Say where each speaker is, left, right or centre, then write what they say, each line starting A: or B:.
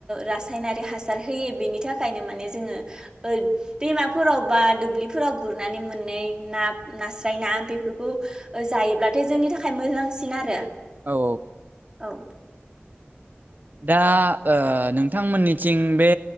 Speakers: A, on the right; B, on the right.
A: रासायनारि हासार हो बेनि थाखायनो माने जोंङो दैमाफोराव बा दुब्लि बे फोराव गुरनानै मोननै ना नास्राय ना बेफोरखौ जायोब्लाथाय जोंनि थाखाय मोजांसिन आरो
B: औ औ।
A: औ।
B: दा नोंथांमोननिथिं बे